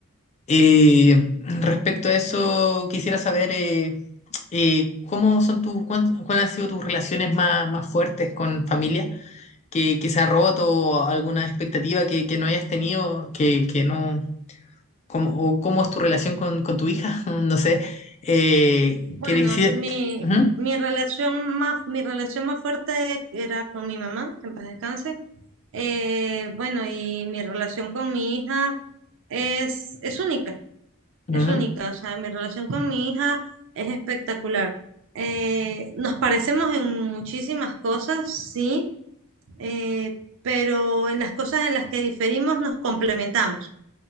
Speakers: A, on the left; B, on the right.
A: Eh, respecto a eso, quisiera saber... eh, eh, ¿cómo son tus, cuán- cuáles han sido tus relaciones más, más fuertes con familia que, que se ha roto o alguna expectativa que, que no hayas tenido, que, que no, cómo, o cómo es tu relación con, con tu hija? <laughs> No sé. Eh,
B: Bueno,
A: que le hiciera-
B: mi,
A: Ujú,
B: mi relación más, mi relación más fuerte era con mi mamá, que en paz descanse. Eh, bueno, y mi relación con mi hija es, es única,
A: ujú.
B: es única. O sea, mi relación con mi hija es espectacular. Eh, nos parecemos en muchísimas cosas, sí eh, pero en las cosas en las que diferimos nos complementamos.